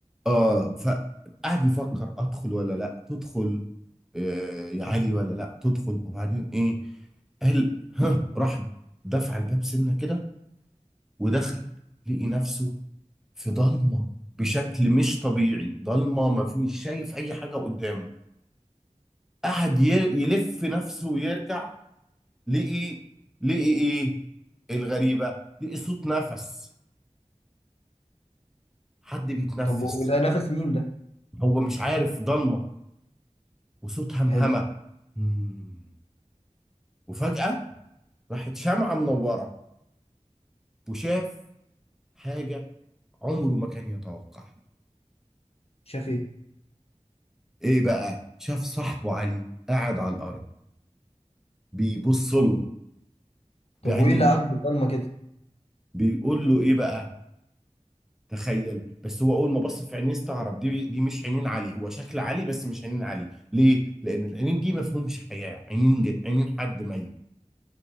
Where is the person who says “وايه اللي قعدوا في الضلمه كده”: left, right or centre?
Left